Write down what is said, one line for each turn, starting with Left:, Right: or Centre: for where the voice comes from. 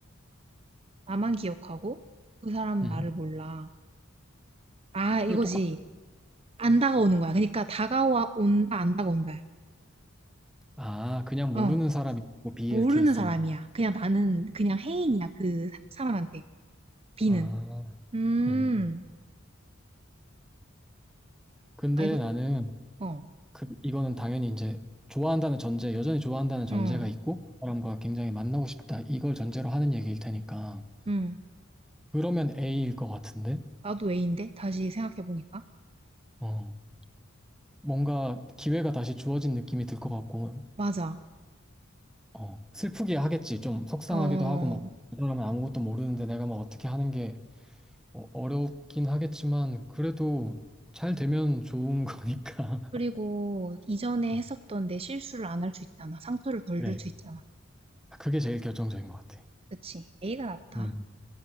Right: 나만 기억하고 그 사람은
Centre: 응.
Right: 나를 몰라. 아, 이거지.
Centre: 그게 똑같
Right: 안 다가오는 거야. 그러니까 다가와 온다, 안 다가온다.
Centre: 아, 그냥
Right: 어,
Centre: 모르는 사람이 고 BL
Right: 모르는
Centre: 케이스는.
Right: 사람이야. 그냥 나는 그냥 해인이야. 그 사- 사람한테. B는.
Centre: 아,
Right: 음,
Centre: 음. 근데
Right: 아, 이거,
Centre: 나는
Right: 어,
Centre: 그 이거는 당연히 이제 좋아한다는 전제, 여전히 좋아한다는 전제가
Right: 어,
Centre: 있고 그 사람과 굉장히 만나고 싶다. 이걸 전제로 하는 얘기일 테니까.
Right: 음.
Centre: 그러면 A일 것 같은데.
Right: 나도 A인데? 다시 생각해보니까.
Centre: 어. 뭔가 기회가 다시 주어진 느낌이 들 것 같고.
Right: 맞아.
Centre: 어. 슬프게 하겠지. 좀 속상하기도
Right: 어,
Centre: 하고 막 이 사람은 아무것도 모르는데 내가 막 어떻게 하는 게 어- 어렵긴 하겠지만 그래도 잘 되면 좋은 거니까.
Right: 그리고 이전에
Centre: <laughs>
Right: 했었던 내 실수를 안 할 수 있잖아. 상처를 덜
Centre: 그래,
Right: 줄 수 있잖아.
Centre: 그게 제일 결정적인 것 같아.
Right: 그치. A가 낫다.
Centre: 음,